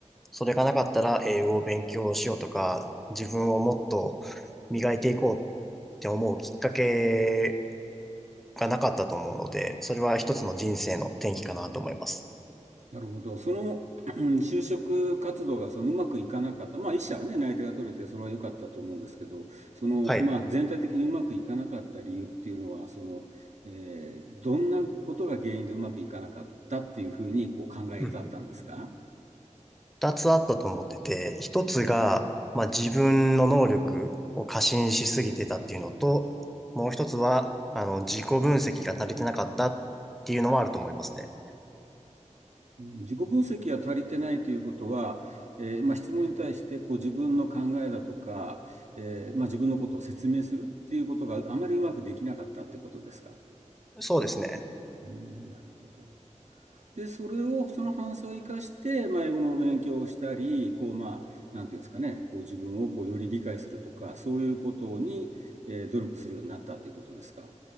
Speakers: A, in the centre; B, on the right.
A: それがなかったら英語を勉強しようとか、自分をもっと磨いていこうって思うきっかけがなかったと思うので、それは一つの人生の転機かなと思います。
B: なるほど。その、うん就職活動がそのうまくいかなかった。まあ、一社はね、内定が取れて、それは良かったと思うんですけど、その、
A: はい。
B: まあ、全体的にうまくいかなかった理由っていうのは、その、えーどんなことが原因でうまくいかなかったっていうふうに、こう、考えたったんですか
A: うんうん二つあったと思ってて、一つが、まあ、自分の能力を過信しすぎてたっていうのと、もう一つは、あの、自己分析が足りてなかったっていうのはあると思いますね。
B: 自己分析が足りてないということは、えーまあ、質問に対してこう自分の考えだとか、えーまあ、自分のことを説明するっていうことがあまりうまくできなかったってことですか。
A: そうですね。
B: うーん、なるほど。で、それを、その反省を生かして、まあ、英語の勉強をしたり、こう、まあ、なんていうんですかね、こう自分をこうより理解するとか、そういうことに、えー努力するようになったということですか。